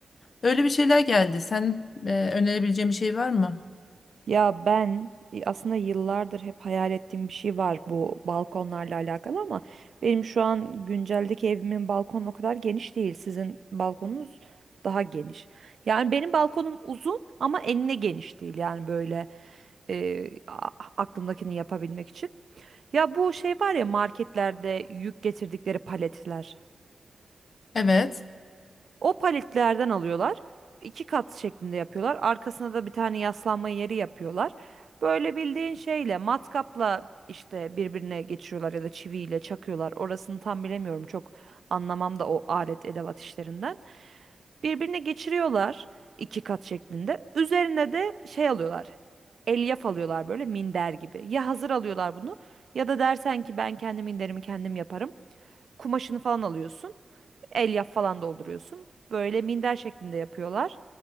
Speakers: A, on the left; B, on the right.
A: Öyle bir şeyler geldi. Sen e, önerebileceğin bir şey var mı?
B: Ya ben e, aslında yıllardır hep hayal ettiğim bir şey var bu balkonlarla alakalı ama benim şu an günceldeki evimin balkonu o kadar geniş değil. Sizin balkonunuz daha geniş. Yani benim balkonum uzun ama enine geniş değil. Yani böyle e, a- aklımdakini yapabilmek için. Ya bu şey var ya marketlerde yük getirdikleri paletler.
A: Evet.
B: O paletlerden alıyorlar. İki kat şeklinde yapıyorlar. Arkasına da bir tane yaslanma yeri yapıyorlar. Böyle bildiğin şeyle matkapla işte birbirine geçiriyorlar ya da çiviyle çakıyorlar. Orasını tam bilemiyorum. Çok anlamam da o alet edevat işlerinden. Birbirine geçiriyorlar iki kat şeklinde. Üzerine de şey alıyorlar. Elyaf alıyorlar böyle minder gibi. Ya hazır alıyorlar bunu ya da dersen ki ben kendi minderimi kendim yaparım. Kumaşını falan alıyorsun. Elyaf falan dolduruyorsun. Böyle minder şeklinde yapıyorlar.